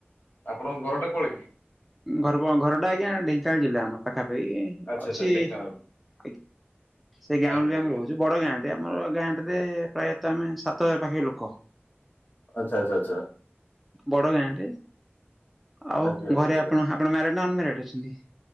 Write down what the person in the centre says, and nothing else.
ଘର, ଘର ଟା ଆଜ୍ଞା ଢେଙ୍କାନାଳ ଜିଲ୍ଲା ଆମର କଖା ପାଇଁ
ଅଛି
<unintelligible> ସେଇ ଗାଁଉଳି
ରେ ଆମେ
ରହୁଛୁ, ବଡ ଗାଁ ଆମର, ଗାଁଟା ରେ ପ୍ରାୟତଃ ଆମେ ସାତ ହଜାର ପାଖାପାଖି ଲୋକ
ବଡ ଗାଁଟେ, ଆଉ
ଘରେ ଆପଣ ଆପଣ ମ୍ୟାରେଡ ନା ଅନମାରେଡ ଅଛନ୍ତି?